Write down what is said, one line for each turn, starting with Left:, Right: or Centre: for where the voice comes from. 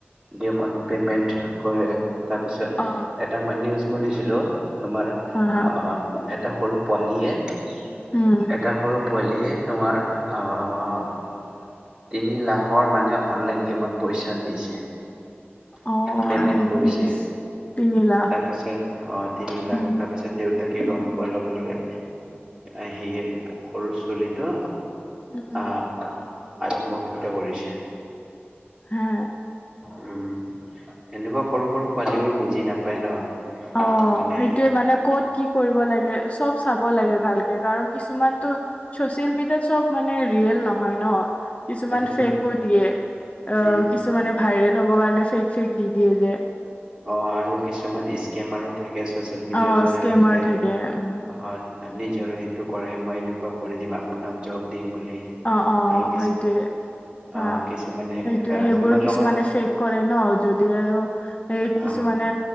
Right: গেমত পেমেণ্ট কৰে। তাৰপিছত
Left: অ
Right: এটা মই নিউজ শুনিছিলো। তোমাৰ অ'
Left: হা হা
Right: এটা সৰু পোৱালীয়ে
Left: উম
Right: এটা সৰু পোৱালিয়ে তোমাৰ আহ তিনি লাখৰ মানে অনলাইন গেমত পইচা দিছে।
Left: অ
Right: প্ৰেমেণ্ট কৰিছে
Left: ইচ তিনি লাখ
Right: তাৰপিছত আহ তিনি লাখ
Left: উম
Right: তাৰপিছত দেউ, তাকে গম পোৱাৰ লগে লগে আহি সৰু ছোৱালীটো,
Left: উম
Right: আহ আহ, আত্মহত্যা কৰিছে।
Left: হা,
Right: উম এনেকুৱা সৰু সৰু পোৱালী বোৰ বুজি নাপায় ন।
Left: অ
Right: মানে
Left: সেইটোৱে মানে ক'ত। কি কৰিব লাগে চব চাব লাগে ভালকে কাৰণ কিছুমানতো চচিয়েল মিডিয়াত চব মানে ৰিয়েল নহয় ন। কিছুমান
Right: সেইটোতো
Left: ফেকো
Right: হয়।
Left: দিয়ে অ
Right: উম উম।
Left: কিছুমানে ভাইৰেল হ'ব কাৰণে। ফেক ফেক দি দিয়ে যে।
Right: অ আৰু কিছুমান স্কেমাৰো থাকে। চছিয়েল মিডিয়া
Left: অ
Right: দ্বাৰা
Left: স্কেমাৰ
Right: সেতে
Left: থাকে উম
Right: <unintelligible> নি সেইটো কৰে মই এনেকুৱা কৰি দিম আপোনাক জব দিম। বুলি
Left: অ অ
Right: আৰু কিছু
Left: সেইটোৱে
Right: আহ
Left: হা
Right: কিছুমানে আহ
Left: সেইটোৱে সেইবোৰ
Right: তোমাৰ
Left: কিছুমানে
Right: লগত
Left: ফেক কৰে ন যদি আৰু এই কিছুমানে
Right: আহ